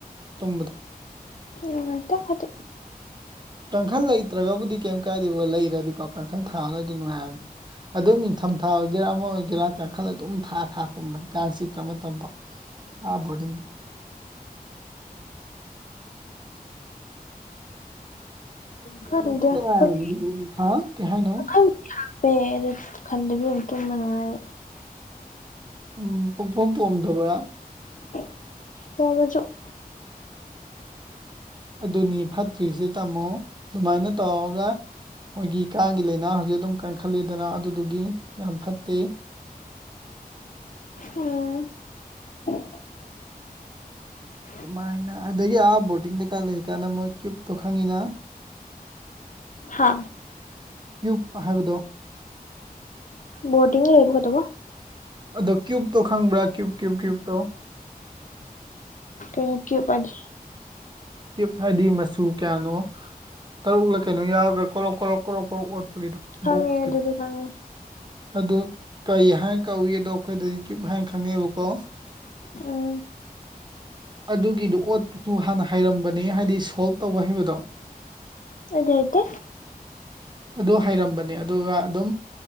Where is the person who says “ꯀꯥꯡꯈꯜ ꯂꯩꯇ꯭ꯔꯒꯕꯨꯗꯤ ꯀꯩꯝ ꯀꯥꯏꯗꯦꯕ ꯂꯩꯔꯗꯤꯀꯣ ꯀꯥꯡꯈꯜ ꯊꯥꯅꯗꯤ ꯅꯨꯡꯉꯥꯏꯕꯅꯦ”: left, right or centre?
Right